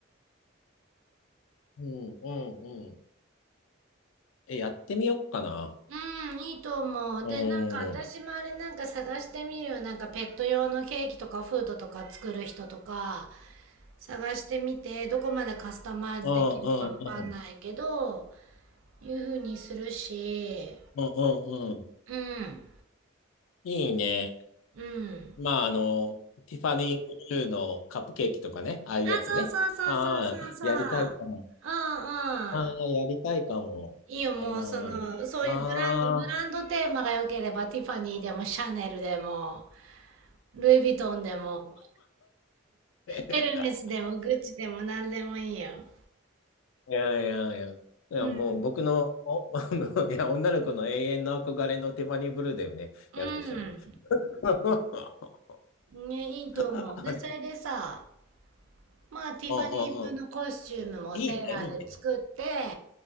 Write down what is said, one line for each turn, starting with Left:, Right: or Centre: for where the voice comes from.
Left: うん、うんうんえ、やってみよっかな。
Right: うん、いいと思う。
Left: うん、
Right: で、なんか私もあれなんか探してみるよ。
Left: うん、うん、
Right: なんかペット用のケーキとかフードとか作る人とか探してみて、どこまでカスタマイズできるかわかんないけど、
Left: うん、うん、
Right: いうふうにするし、
Left: うん、うん、
Right: うん、
Left: いいね。
Right: うん。
Left: まあ、あの、ティファニーブルーのカップケーキとかね、ああいうやつね。
Right: あ、そうそうそうそうそうそう。
Left: ああ、やりたいかも。
Right: うんうん。
Left: ああ、やりたいかも。
Right: いいよ、もうその、
Left: ああ、
Right: そういうブランド、ブランドテーマが良ければ、
Left: ああ。
Right: ティファニーでも、シャネルでも、ルイ・ヴィトンでも、
Left: <laughs>
Right: エルメスでも、グッチでも、何でもいいよ。
Left: いやいやいや。いや、
Right: うん。
Left: もう僕の、お、<laughs> あのいや、女の子の永遠の憧れのティファニーブルーだよね。
Right: うん。
Left: やるとしたらね。<laughs>
Right: ね、いいと思う。
Left: あでも
Right: で、それでさ、まあ、ティファニー風のコスチュームもテーラーで作って、
Left: うんうんうん。いいね、いいね。